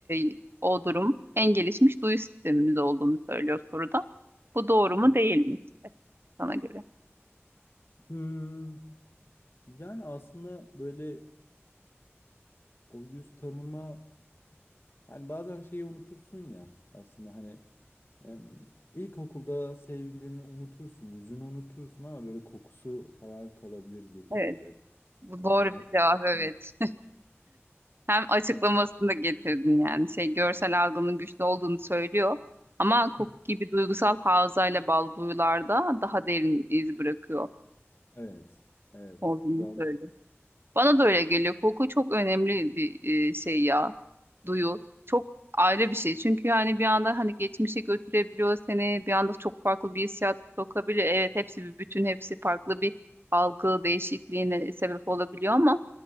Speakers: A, on the right; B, on the left.
A: e, o durum en gelişmiş duyu sistemimiz olduğunu söylüyor soruda. Bu doğru mu
B: Hı.
A: değil mi işte sana göre?
B: Hmm, yani aslında böyle o yüz tanıma Yani bazen şeyi unutursun ya aslında hani em, ilkokulda sevgilini unutursun, yüzünü unutursun ama böyle kokusu falan kalabilir zihninde.
A: Evet, bu
B: Hani
A: doğru
B: onu hatırlamak.
A: bir cevap evet. Hem açıklamasını
B: onu-
A: da getirdin yani. Şey görsel algının güçlü olduğunu söylüyor. Ama koku
B: Hı,
A: gibi duygusal havzayla bağlı duyularda daha derin iz bırakıyor
B: Evet. Evet.
A: olduğunu
B: Bu da
A: söylüyor. Bana da öyle geliyor. Koku çok önemli bir e, şey ya. Duyu. Çok ayrı bir şey. Çünkü yani bir anda hani geçmişe götürebiliyor seni. Bir anda çok farklı bir hissiyat sokabiliyor. Evet hepsi bir bütün, hepsi farklı bir algı değişikliğine sebep olabiliyor ama